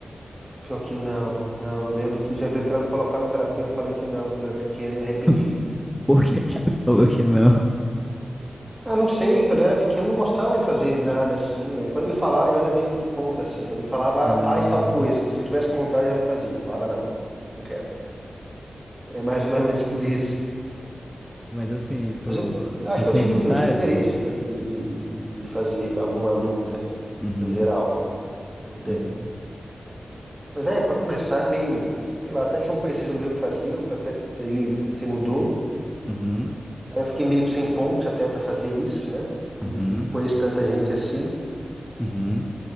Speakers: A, on the right; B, in the centre.
A: Pior que não, não. Eu lembro que já tentaram me colocar no karatê, eu falei que não, quando eu era pequeno e me arrependi.
B: <laughs> Por que que tu falou que não?
A: Ah, não sei, quando eu era pequeno não gostava de fazer nada assim. E aí quando me falava, eu era meio que do contra, assim. Quando me falava,
B: Aham.
A: ah, faz tal coisa. Se eu tivesse com vontade, eu não fazia. Falava, não, não quero. É mais ou <laughs> menos por isso.
B: Mas assim, tu,
A: Mas eu acho
B: tu
A: que
B: tem
A: eu tive,
B: vontade?
A: eu tinha interesse né, de, de, de, de fazer alguma luta,
B: Uhum,
A: no geral, eu tenho.
B: uhum,
A: Mas é, para começar, é meio, sei lá, até tinha um conhecido meu que fazia, eu fa- até ele se mudou.
B: uhum,
A: Aí eu fiquei meio que sem ponte até para fazer isso, né?
B: uhum,
A: Não conheço tanta gente assim.
B: uhum,